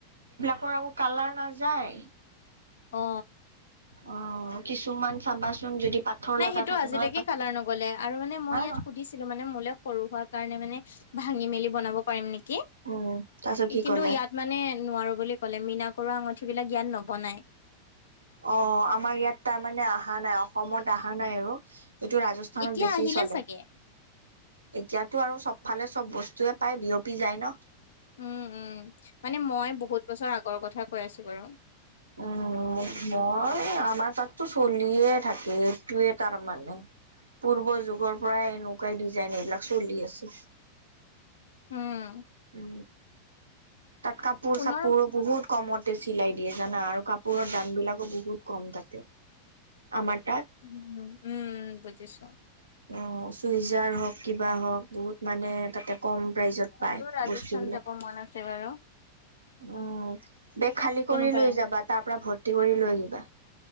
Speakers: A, on the right; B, on the left.
A: পৰা আকৌ কালাৰ নাযায়।
B: অ।
A: অ কিছুমান চাবাচোন যদি। পাথৰ
B: নাই
A: লগা
B: সেইটো
A: থাকে
B: আজিলৈকে
A: নহয়
B: কালাৰ নগলে সৰু
A: হা
B: হোৱা কাৰণে মানে। ভাঙি মেলি বনাব পাৰিম নেকি কিন্তু
A: উম তাৰপিছত কি ক'লে
B: ইয়াত মানে নোৱাৰো বুলি। কলে মীনা কৰোৱা আঙুঠি বিলাক ইয়াত নবনাই।
A: অ আমাৰ ইয়াত তাৰমানে আহা নাই অসমত আহা নাই আৰু। এইটো ৰাজস্থানত
B: এতিয়া
A: বেছি
B: আহিলে
A: চলে।
B: চাগে
A: এতিয়াতো আৰু চবফালে চব বস্তুয়ে পায় বিয়পি যায় নহঁ।
B: উম উম মানে মই বহুত বছৰ আগৰ কথা কৈ আছো বাৰু।
A: উম। মই আমাৰ তাততো চলিয়ে থাকে একটোৱে তাৰ মানে। পূৰ্ব যুগৰ পৰাই এনেকুৱাই ডিজাইন এইবিলাক চলি আছে।
B: উম।
A: উ তাত কাপোৰ
B: পুনৰ
A: চাপোৰ বহুত। কমতে চিলাই দিয়ে জানা আৰু কাপোৰৰ দাম বিলাকো বহুত কম তাতে আমাৰ। তাত।
B: উম উম বুজিছো।
A: অ চুইজাৰ হওক কিবা হওক বহুত। মানে তাতে কম প্ৰাইজত পায়
B: মোৰো ৰাজস্থান
A: বস্তুবিলাক।
B: যাব মন আছে বাৰু
A: উম বেগ খালী
B: কোনোবাই
A: কৰি লৈ যাবা তাৰ পৰা ভৰ্তি কৰি লৈ আহিবা